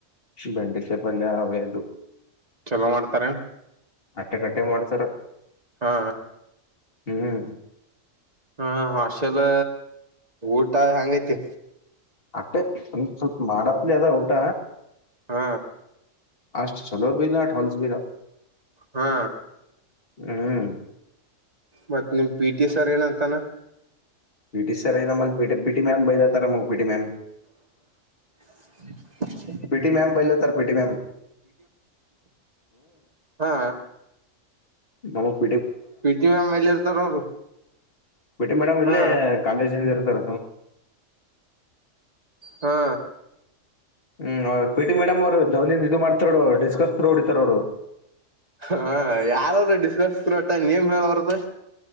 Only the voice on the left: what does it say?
ಬೆೆಂಡೆ ಚಪಲ್ಯ ಅವೆ ಅದು
ಆಟ್ಟೆ ಕಡ್ಡೆ ಮಾಡಸರ್
ಹ್ಮ್
ಅಷ್ಟೆ ಒ ಸ್ವಲ್ಪ ಮಾಡಪ್ಲಿ ಅದ ಊಟ
ಅಷ್ಟ ಚಲೋ ಬಿ ವಲ್ಸ್ ಬಿ ಇಲ್ಲ
ಹ್ಮ್
ಪಿಟಿ ಸರ್ ಮ ಪಿಟ ಪಿಟಿ ಮ್ಯಾಮ್ ಬೈದಾತಾರ ಪಿಟಿ ಮ್ಯಾಮ್
ಪಿಟಿ ಮ್ಯಾಮ ಬೈಲ ಪಿಟಿ ಮ್ಯಾಮ್
ಹ
ಬಿಟ್ಟಿ ಮೇಡಮ್ ಇಲ್ಲೇ
ಕಾಾಲಜ ಇರ್ತಾರ
ಹ್ಮ್ ಪಿಟಿ ಮೇಡಮ್ ಅವ್ರು ಜವಲ್ದನ್ ಇ ಮಾಡ್ತಾರೋ ಡಿಸ್ಕಸ್ ಹೊಡಿತಾರೋಡು